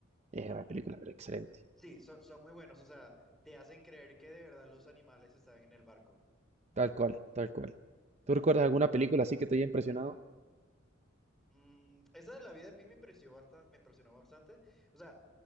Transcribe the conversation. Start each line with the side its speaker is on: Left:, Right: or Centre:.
Right: es una película pero excelente.
Centre: Sí, so- son muy buenos. O sea, te hacen creer que de verdad los animales están en el barco.
Right: Tal cual, tal cual. ¿Tú recuerdas alguna película
Centre: Sí.
Right: así que te haya impresionado?
Centre: Mm, esa de la vida de Pi me impresionó bastante, me impresionó bastante. O sea,